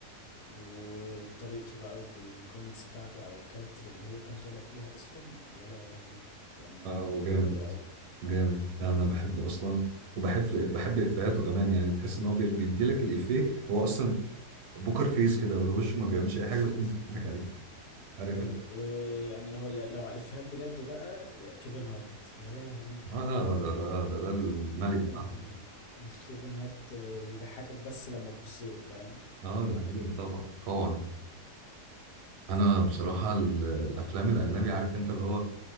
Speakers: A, on the left; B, on the right.
A: وبطريقته بقى وبالكومنتس بتاعته على الكاركتر اللي هو كان طالع فيها اصلا يا لهوي كان
B: اه هو جامد
A: قوي قوي
B: جامد ده انا بحبه اصلا وبحب بحب افيهاته كمان يعني تحس ان هو بيدي لك الافيه هو اصلا بوكر فيس كده ولو وشه ما بيعملش اي
A: <laughs>
B: حاجه بس بتضحك عليه عارف
A: ايوه ويعني هو ل- لو على الافيهات بجد بقى يا كيفن هارت يا لهوي
B: اه لا ده ده ده ده الملك
A: كيفن
B: بتاعنا
A: <laughs> كيفن هارت آه، بيضحكك بس لما تبص له فاهم
B: اه ده حقيقي طبعا طبعا انا بصراحه ال- الافلام الاجنبي عارف انت اللي هو